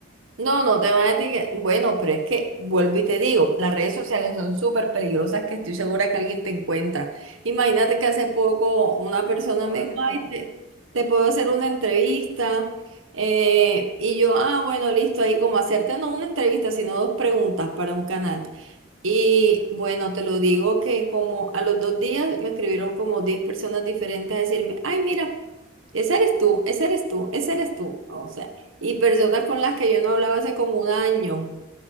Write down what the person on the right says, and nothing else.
No, no te van a etiquetar. Bueno, pero es que vuelvo y te digo, las redes sociales son súper peligrosas que estoy segura que alguien te encuentra. Imagínate que hace poco una persona me
dijo,
ay,
te, te puedo hacer una entrevista. eh, y yo, ah, bueno, listo, ahí como hacerte no una entrevista, sino dos preguntas para un canal. Y bueno, te lo digo que como a los dos días me escribieron como 10 personas diferentes a decirme, ay, mira. Ese eres tú, ese eres tú, ese eres tú. O sea, y personas con las que yo no hablaba hace como un año